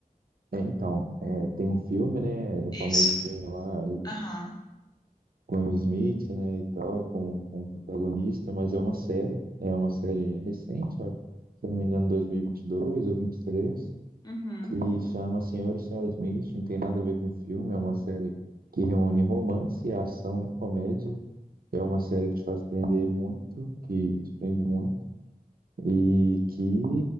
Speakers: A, on the right; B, on the left.
A: É, então, é, tem um filme, né? O
B: Isso.
A: famoso filme lá
B: Aham.
A: com o Smith, né? E tal, com, com o protagonista, mas é uma série, é uma série recente, ó, se eu não me engano, 2022 ou 23,
B: Uhum.
A: que chama Senhor e Senhora Smith. Não tem nada a ver com filme, é uma série que reúne romance, ação e comédia. É uma série que te faz prender muito, que te prende muito. E que